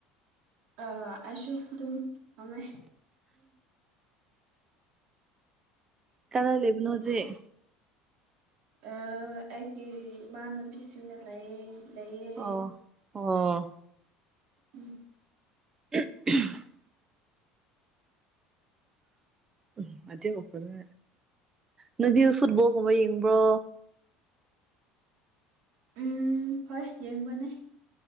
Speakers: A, on the right; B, on the right.
A: ꯑ ꯑꯁꯁꯨ ꯊꯥꯏ
B: ꯀꯅꯥ ꯂꯩꯕꯅꯣ ꯍꯧꯖꯤꯛ
A: ꯑꯩꯒꯤ ꯏꯃꯥꯟꯅꯕꯤꯁꯤꯡꯅ ꯂꯩ ꯂꯩꯌꯦ
B: ꯑꯣ ꯑꯣ
A: ꯎꯝ
B: <inaudible> ꯎꯝ ꯑꯗꯨ ꯑꯣꯏꯄꯗ ꯅꯪꯗꯤ ꯐꯨꯠꯕꯣꯜꯒꯨꯝꯕ ꯌꯦꯡꯕ꯭ꯔꯣ
A: ꯎꯝ ꯍꯣꯏ ꯌꯦꯡꯕꯅꯦ